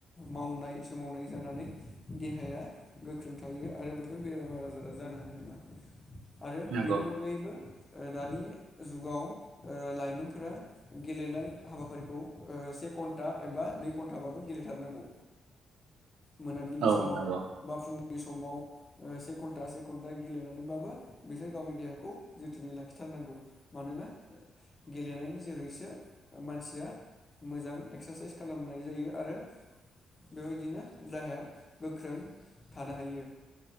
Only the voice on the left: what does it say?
मावनाय सोमावनाय जानानै देहाया गोख्रों थायो आरो बेफोर बेरामार आजारा जानो हानाय नङा आरो
बेनि अनगायैबो दानि जुगाव ओ लाइमोनफोरा गेलेनाय हाबाफारिखौ से घन्टा एबा नै घन्टाबाबो गेलेथारनांगौ मोनाबिलि
समाव
बा फुं उनि समाव से घन्टा से घन्टा गेलेनानैबाबो बिसोर गावनि देहाखौ जोथोनै लाखिथारनांगौ मानोना गेलेनायनि जोहैसो मानसिया मोजां एक्सारसाइस खालामनाय जायो आरो बेबायदिनो देहाया गोख्रों थानो हायो